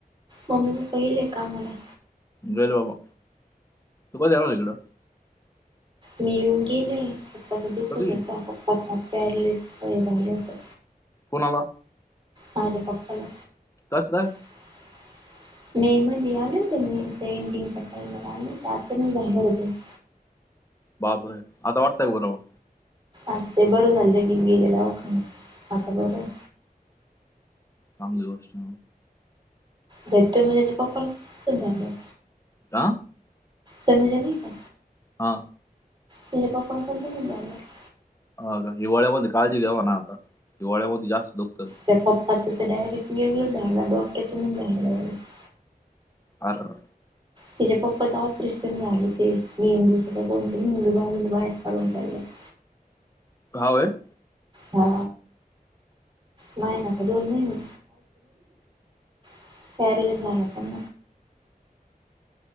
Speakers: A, on the right; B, on the left.
A: मम्मी पप्पा गेले का कामाला?
B: गेल बाबा तू कधी आला इकडं.
A: मी येऊन गेले पकाच दुखत
B: कधी
A: होता पप्पा प्यारलेस हे झालं होत.
B: कोणाला?
A: माझे पप्पाला
B: कसं काय?
A: <inaudible> मे मध्ये आले होते ना मे जे एंडिंगला आले होते <unintelligible>
B: बापरे आता वाटतय का बर मग?
A: आता ते बरं झालं घेऊन गेले दवाखान्यात. आता बरं आहे.
B: चांगली गोष्ट
A: भ तु मी त्याच्या कप्पल झालं <unintelligible>
B: का?
A: ते मिळाली का?
B: हा.
A: तिच्या पप्पाला <unintelligible>
B: हा का हिवाळ्यामध्ये काळजी घेवा ना आता हिवाळ्यामध्ये जास्त दुखत.
A: त्या पप्पाच डायरेक्ट वेगळ झाडला डॉकट्यात झाडलं <unintelligible>
B: आरर.
A: त्यािच्या पप्पाचं ऑपरेशन झालं ते मेंदू कोणत मेंदू भाजून बाहेर काढून चाललं <unintelligible>
B: हावय <unintelligible>
A: हा महिना का दोन महिने <unintelligible> मी पण.